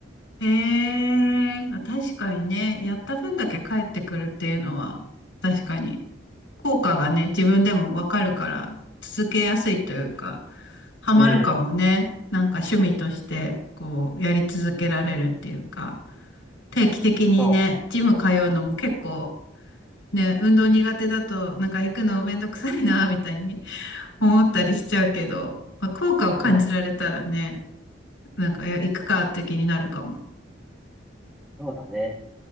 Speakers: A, on the left; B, in the centre.
A: ええあ、確かにね、やった分だけ返ってくるっていうのは、確かに、効果がね、自分でもわかるから、続けやすいというか、ハマるかもね。
B: うん、
A: なんか趣味として、こう、やり続けられるっていうか、定期的にね、
B: そ
A: ジム通うのも結構、ね、運動苦手だと、なんか行くのめんどくさいな、みたいに <laughs> 思ったりしちゃうけど、まあ、効果を感じられたらね、
B: う、うん、
A: なんか、いや、行くかって気になるかも。
B: そうだね。